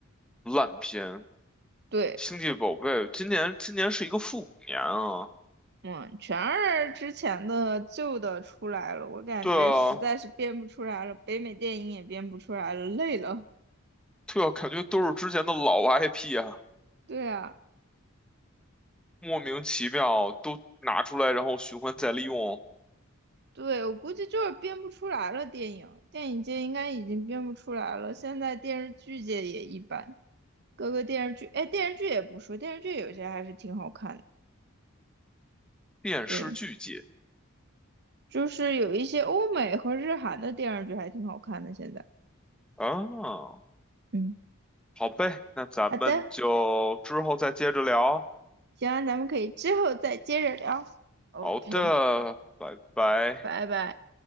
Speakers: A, in the centre; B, on the right.
A: 烂片。
B: 对，
A: 星际宝贝今年今年是一个复古年啊，
B: 嗯，全二之前的旧的出来了，我感觉实在是编不出来了，
A: 对啊，
B: 北美电影也编不出来了，累了。
A: 对啊，感觉都是之前的老 IP 啊。
B: 对啊。
A: 莫名其妙都拿出来，然后循环再利用，
B: 对，我估计就是编不出来了。电影电影界应该已经编不出来了，现在电视剧界也一般。各个电视剧，哎，电视剧也不说，电视剧有些还是挺好看的。
A: 便是剧解
B: 对，就是有一些欧美和日韩的电视剧还挺好看的。现在，
A: 啊。
B: 嗯，
A: 好呗，那咱们就之后再接着聊。
B: 好的，行啊咱们可以之后再接着聊。OK，
A: 好的，拜拜。
B: 拜拜。